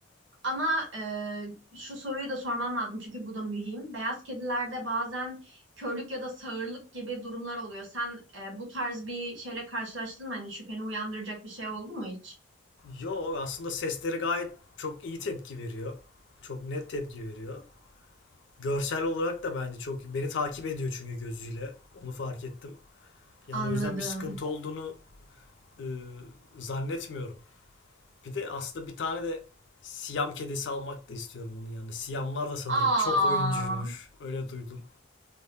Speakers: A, on the right; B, on the left.
A: Ama e, şu soruyu da sormam lazım çünkü bu da mühim. Beyaz kedilerde bazen körlük ya da sağırlık gibi durumlar oluyor. Sen e, bu tarz bir şeyle karşılaştın mı? Hani şüpheni uyandıracak bir şey oldu mu hiç?
B: Yo aslında sesleri gayet çok iyi tepki veriyor. Çok net tepki veriyor. Görsel olarak da bence çok Beni takip ediyor çünkü gözüyle. Onu fark ettim. Yani
A: Anladım.
B: o yüzden bir sıkıntı olduğunu e, zannetmiyorum. Bir de aslında bir tane de Siyam kedisi almak da istiyorum onun yanına. Siyamlar da sanırım
A: Aa.
B: çok oyuncuymuş. Öyle duydum.